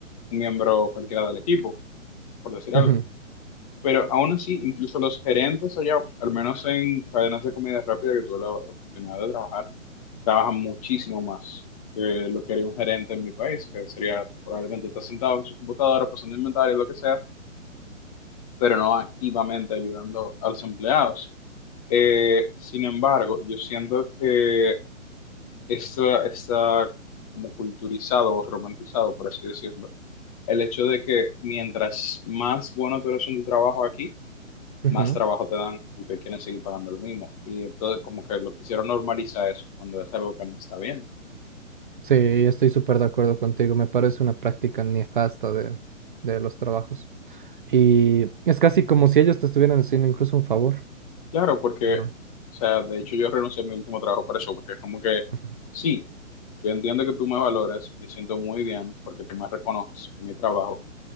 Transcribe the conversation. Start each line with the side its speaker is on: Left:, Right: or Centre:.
Left: un miembro cualquiera del equipo. por decir
Right: ujú,
Left: algo. Pero aún así, incluso los gerentes allá, al menos en cadenas de comida rápida que tuve la, la oportunidad de trabajar, trabajan muchísimo más que lo que haría un gerente en mi país, que sería probablemente estar sentado en su computadora, pasando inventario, lo que sea, pero no activamente ayudando a los empleados. Eh, sin embargo, yo siento que esto está como culturizado o romantizado, por así decirlo. El hecho de que mientras más bueno tú eres en tu trabajo aquí,
Right: ujú.
Left: más trabajo te dan y te quieren seguir pagando lo mismo. Y entonces como que lo quisieron normalizar eso cuando es algo que no está bien.
Right: Sí, estoy súper de acuerdo contigo, me parece una práctica nefasta de, de los trabajos. Y es casi como si ellos te estuvieran haciendo incluso un favor.
Left: Claro, porque,
Right: ¿no?
Left: o sea, de hecho yo renuncié a mi último trabajo por eso, porque es como que,
Right: Ujú.
Left: sí, yo entiendo que tú me valoras, me siento muy bien porque tú me reconoces por mi trabajo,